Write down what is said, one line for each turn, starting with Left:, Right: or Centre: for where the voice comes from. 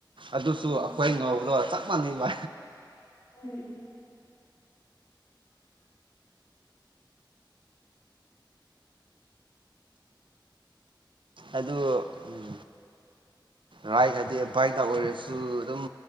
Right: ꯑꯗꯨꯁꯨ
Left: ꯎꯝ
Right: ꯑꯩꯈꯣꯏ ꯉꯧꯕꯗꯣ ꯆꯞ ꯃꯥꯟꯅꯩꯕ
Left: ꯎꯝ ꯎꯝ
Right: ꯑꯗꯨ ꯑꯝ ꯔꯥꯏꯛ ꯍꯥꯏꯗꯤ ꯕꯥꯏꯛꯅ ꯑꯣꯏꯔꯁꯨ ꯑꯗꯨꯝ